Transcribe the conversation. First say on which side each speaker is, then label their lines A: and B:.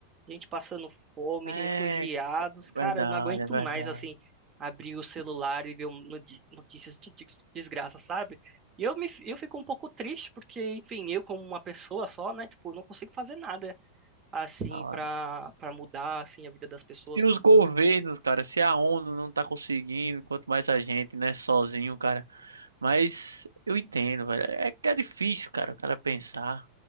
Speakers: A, on the right; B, on the right.
A: gente passando fome,
B: É,
A: refugiados.
B: é
A: Cara,
B: verdade,
A: eu não aguento
B: é verdade.
A: mais, assim, abrir o celular e ver um- noti- notícias de de- desgraça, sabe? E eu, me, eu fico um pouco triste porque, enfim, eu como uma pessoa só, né, tipo, não consigo fazer nada, assim,
B: Ah,
A: pra, pra mudar, assim, a vida das pessoas
B: Se
A: no
B: os
A: mundo.
B: governos, cara, se a ONU não tá conseguindo, quanto mais a gente, né, sozinho, cara. Mas eu entendo, velho. É que é difícil, cara, o cara pensar,